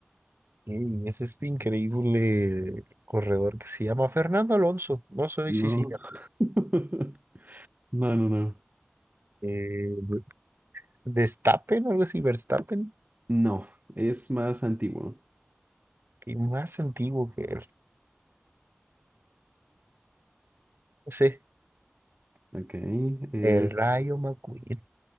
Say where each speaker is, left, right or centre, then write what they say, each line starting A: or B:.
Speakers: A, on the right; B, on the right.
A: Y es este increíble corredor que se llama Fernando Alonso. No sé
B: No.
A: si sí,
B: <laughs> No, no, no.
A: eh, Verstappen, algo así, Verstappen,
B: No, es más antiguo.
A: que más antiguo que él. No sé,
B: Ok. Es
A: el Rayo McQueen.